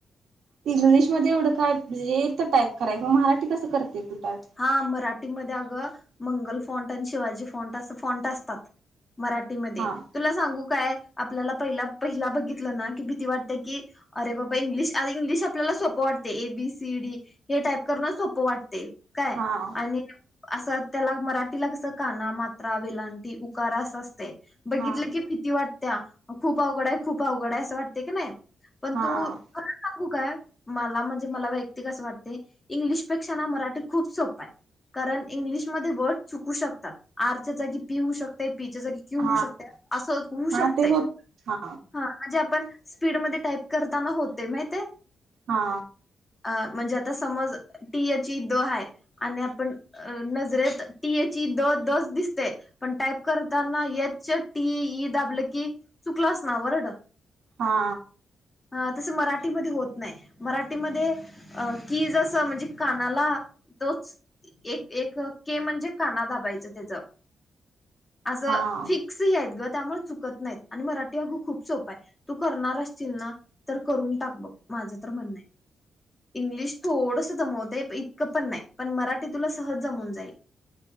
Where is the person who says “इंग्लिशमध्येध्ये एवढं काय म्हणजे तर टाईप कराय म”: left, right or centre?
Right